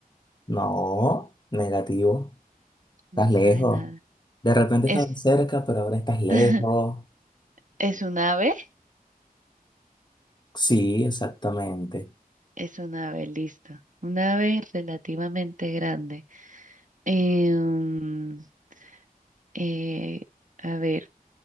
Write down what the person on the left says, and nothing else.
no, negativo. Estás
lejos.
De repente
estabas cerca, pero ahora estás lejos.
Sí, exactamente.